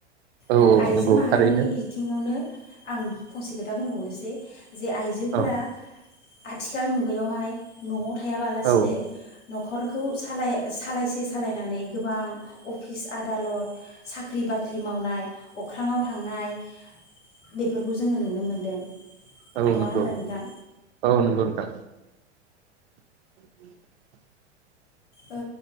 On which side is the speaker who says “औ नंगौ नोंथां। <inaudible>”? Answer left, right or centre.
Right